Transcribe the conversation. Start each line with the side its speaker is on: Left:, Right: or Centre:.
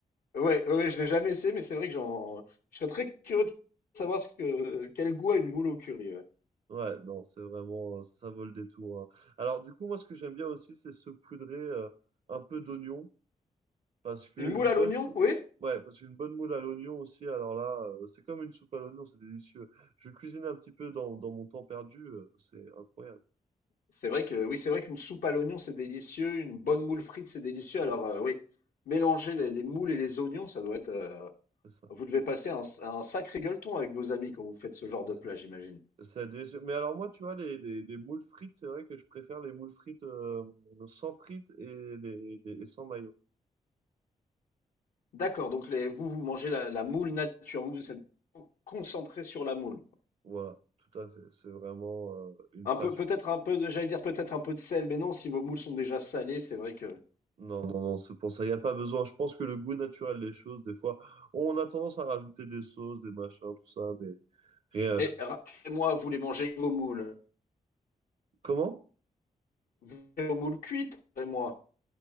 Left: Ouais, ouais, ouais, je l'ai jamais essayé, mais c'est vrai que j'en, je serais très curieux de savoir ce que, quel goût a une moule au curry. ouais.
Right: Ouais, non, c'est vraiment, ça vaut le détour. hein. Alors, du coup, moi, ce que j'aime bien aussi, c'est se poudrer euh, un peu d'oignon, parce que
Left: Une moule
Right: une bonne,
Left: à l'oignon, oui.
Right: ouais, parce qu'une bonne moule à l'oignon aussi, alors là, euh, c'est comme une soupe à l'oignon, c'est délicieux. Je cuisine un petit peu dans, dans mon temps perdu, euh, c'est incroyable,
Left: C'est vrai que, oui, c'est vrai qu'une soupe à l'oignon, c'est délicieux. Une bonne moule frite, c'est délicieux. Alors, euh, oui, mélanger les, les moules et les oignons, ça doit être. euh,
Right: c'est ça,
Left: vous devez passer un, un sacré gueuleton avec vos amis quand vous faites ce genre de
Right: c'est ça.
Left: plat, j'imagine.
Right: C'est délicieux. Mais alors, moi, tu vois, les, les, les moules frites, c'est vrai que je préfère les moules frites euh, sans frites et, les, les- et sans maillot.
Left: D'accord, donc les, vous, vous mangez la, la moule nature. Vous, vous êtes concentré sur la moule.
Right: Voilà, tout à fait. C'est vraiment euh, une
Left: Un
Right: passion.
Left: peu, peut-être un peu, de- j'allais dire peut-être un peu de sel, mais non, si vos moules sont déjà salées, c'est vrai que.
Right: Non, non, non, c'est pour ça. Il n'y a pas besoin. Je pense que le goût naturel des choses, des fois, on a tendance à rajouter des sauces, des machins, tout ça, mais rien.
Left: Et rappelez-moi, vous voulez manger vos moules.
Right: Comment?
Left: Vous voulez vos moules cuites, moi